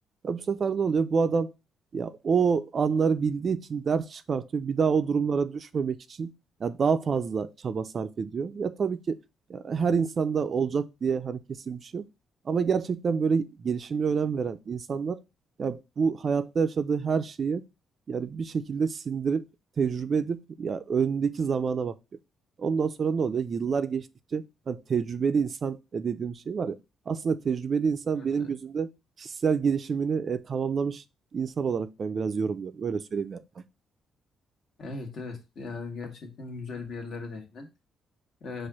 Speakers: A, on the right (about 50°); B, on the left (about 60°).
A: Ya bu sefer ne oluyor? Bu adam ya o anları bildiği için ders çıkartıyor. Bir daha o durumlara düşmemek için ya daha fazla çaba sarf ediyor. Ya tabii ki ya her insanda olacak diye hani kesin bir şey yok. Ama gerçekten böyle gelişime önem veren insanlar ya bu hayatta yaşadığı her şeyi yani bir şekilde sindirip tecrübe edip ya önündeki zamana bakıyor. Ondan sonra ne oluyor? Yıllar geçtikçe hani tecrübeli insan e, dediğim şey var ya. Aslında tecrübeli insan
B: Evet,
A: benim
B: e,
A: gözümde kişisel gelişimini e, tamamlamış insan olarak ben biraz yorumluyorum. Öyle söyleyeyim yani.
B: evet, evet. Yani gerçekten güzel bir yerlere değindin. Ee,